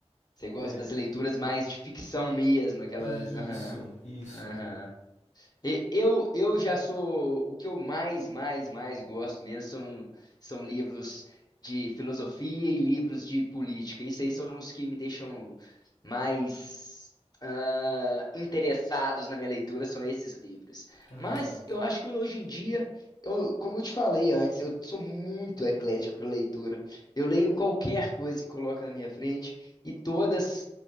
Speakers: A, on the left (about 35°); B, on the left (about 85°).
A: Você gosta
B: É,
A: das leituras mais de ficção mesmo, aquelas.
B: isso,
A: Aham.
B: isso.
A: Aham. E- Eu, eu já sou. O que eu mais, mais, mais gosto mesmo são, são livros de filosofia e livros de política. Isso aí são os que me deixam mais ah, interessados na minha leitura, são esses livros.
B: Ah,
A: Mas
B: legal.
A: eu acho que hoje em dia, eu- como eu te falei antes, eu sou muito eclético para leitura. Eu leio qualquer coisa que coloca na minha frente e todas